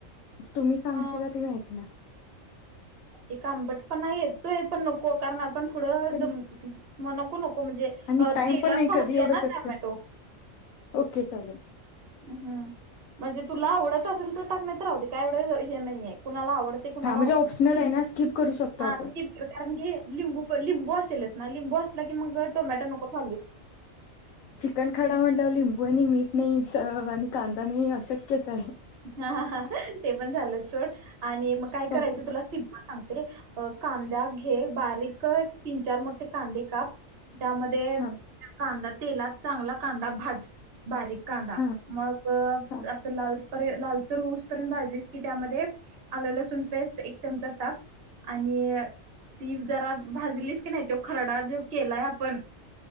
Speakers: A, on the left; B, on the right.
A: तुम्ही सांगशीलला
B: अ
A: ते मी ऐकणार
B: एक आंबट पण येतोय पण नको कारण आपण पुढं
A: कारण
B: ज म्ह नको नको म्हणजे
A: आणि
B: तेलात
A: टाइम पण नाही
B: भाजूया
A: कधी एवढं
B: ना
A: कक
B: टमॅटो
A: ओके चालेल
B: हम म्हणजे तुला आवडत असेल तर टाकण्यात राहते काय एव हे नाहीये कुणाला आवडत कुणाला
A: हा म्हणजे ऑप्शनल
B: नाही
A: आहे ना स्किप करू शकतो आपण
B: हा कारण की लिंबू लिंबू असेलच ना लिंबू क मग टोमॅट नको
A: चन खाडा म्हणला लिंबू आणि मीठ नाही आणि कांदा नाही अशक्यच आहे
B: हा ह ते पण झालं चोड आणि मग काय करायचं
A: ओके
B: तुला मला सांगते अ कांदा घे बारीक तीन चार मोठे कांदे काप त्यामध्ये
A: हा
B: कांदा तेलात चांगला कांदा भाज बारीक कांदा
A: हा
B: मग
A: हा
B: असं लाल लालसूर होऊस पर्यंत भाजलीस की त्यामध्ये आलं लसूण पेस्ट एक चमचा टाक आणि ती जरा भाजलीस की नाही तो खरडा जो केलाय आपण